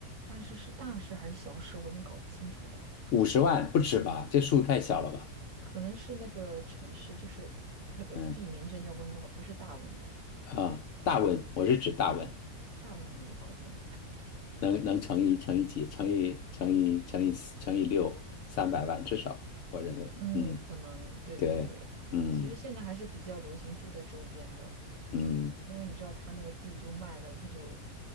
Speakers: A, on the right; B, on the left.
A: 但是是大事还是小事，我已经搞不清楚了。
B: 五十万不止吧？这数太小了吧？
A: 可能是那个城市，就是那个地名真叫温哥华，
B: 嗯。
A: 不是大文，
B: 啊，大文，我是指大文，
A: 大文我就搞不懂。
B: 能能乘以乘以几，乘以乘以乘以四乘以六，三百万至少，我认为，
A: 嗯，
B: 嗯，
A: 可能对对对。
B: 对，嗯
A: 其实现在还是比较流行住在周边的，
B: 嗯，
A: 因为你知道他那个地就卖了，他就